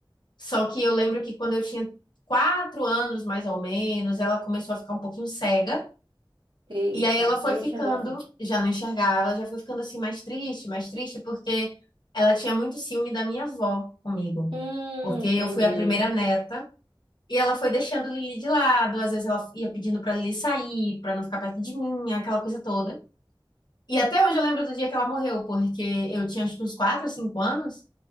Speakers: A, on the left; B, on the right.
A: Só que eu lembro que quando eu tinha quatro anos, mais ou menos, ela começou a ficar um pouquinho cega.
B: Eita,
A: E aí ela foi
B: já não
A: ficando,
B: chegavam.
A: já não enxergava, já foi ficando assim mais triste, mais triste, porque ela tinha muito ciúme da minha avó comigo.
B: Hum,
A: Porque
B: entendi.
A: eu fui a primeira neta e ela foi deixando Lili de lado, às vezes ela ia pedindo pra Lili sair, pra não ficar perto de mim, aquela coisa toda. E até hoje eu lembro do dia que ela morreu, porque eu tinha acho que uns 4 ou 5 anos,